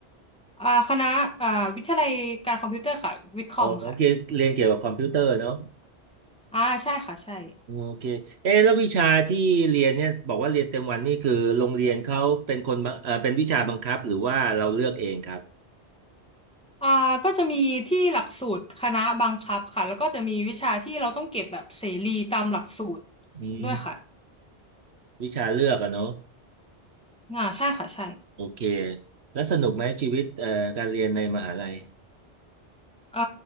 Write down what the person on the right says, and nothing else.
โอ้โอเคเรียนเกี่ยวกับคอมพิวเตอร์เนาะ
โอเคเอ๊ะแล้ววิชาที่เรียนเนี่ยบอกว่าเรียนเต็มวันนี่คือโรงเรียนเขาเป็นคนบังเออเป็นวิชาบังคับหรือว่าเราเลือกเองครับ
อืม
วิชาเลือกอะเนาะ
โอเคแล้วสนุกไหมชีวิตเอ่อการเรียนในมหาลัย